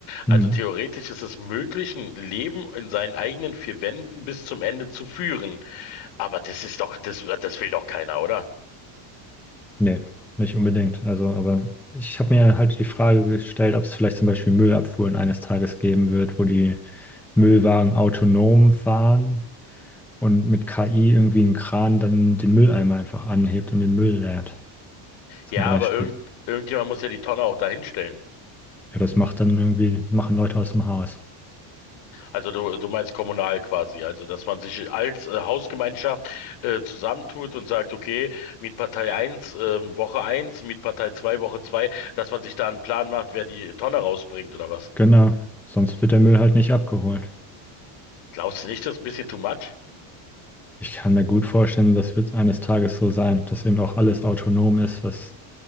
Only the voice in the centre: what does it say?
Mhm.
Nee, nicht unbedingt. Also, aber ich habe mir halt die Frage gestellt, ob es vielleicht zum Beispiel Müllabfuhren eines Tages geben wird, wo die Müllwagen autonom fahren und mit KI irgendwie ein Kran dann den Mülleimer einfach anhebt und den Müll leert, zum
Beispiel.
Ja, das macht dann irgendwie, machen Leute aus dem Haus.
Genau, sonst wird der Müll halt nicht abgeholt.
Ich kann mir gut vorstellen, das wird eines Tages so sein, dass eben auch alles autonom ist, was